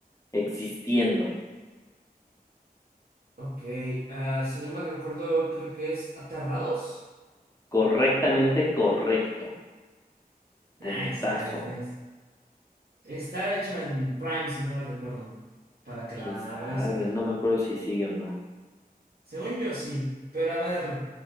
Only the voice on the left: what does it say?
existiendo.
Correctamente correcto.
Puntazo.
¿Quién
sabe?
No me acuerdo si sigue o no.